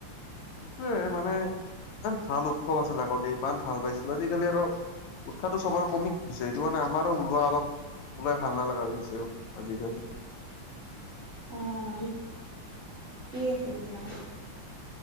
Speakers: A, on the left; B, on the right.
A: সেইটয়ে মানে ইমান ভাল উৎসৱ আছিলে আগতে ইমান ভাল পাইছিলো আজিকালি আৰু। উৎসাহটো সব আৰু কমি গৈছে সেইটো মানে আমাৰ ওলোৱা অলপ। ওলাই ভাল নালা হৈ গৈছে আজিকালি।
B: আহ সিকেইেত দিয়া।